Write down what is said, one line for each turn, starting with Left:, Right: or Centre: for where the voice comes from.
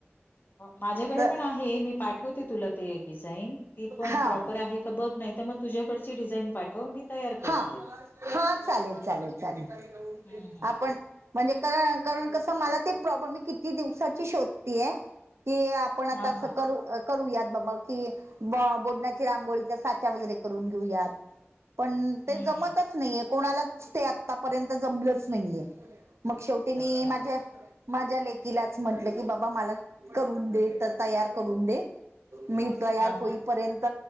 Left: माझ्याकडे
Right: तर
Left: पण आहे, मी पाठवते तुला ते डिझाईन ती पण
Right: हा
Left: प्रॉपर आहे का? बघ नाही तर मग तुझ्याकडची डिझाईन पाठव मी तयार
Right: हा
Left: करून देते.
Right: हा, चालेल चालेल चालेल,
Left: हं, हं,
Right: आपण
Left: हं.
Right: म्हणजे कारण-कारण कसं मला ते प्रॉपर मी किती दिवसाची शोधतेय की पण आता
Left: हां,
Right: असं
Left: हां.
Right: करू- करूयात बाबा कि बो- बोडण्याची रांगोळीचा साच्या वगैरे करून घेऊयात. पण ते
Left: हं,
Right: जमतचं
Left: हं.
Right: नाहीये, कोणालाच ते आतापर्यंत जमलचं नाहीये. मग शेवटी
Left: अच्छा.
Right: मी माझ्या माझ्या लेकीलाच म्हंटलं, की बाबा मला करून दे त- तयार करून दे. मी तयार
Left: हां,
Right: होई
Left: हां.
Right: पर्यंत,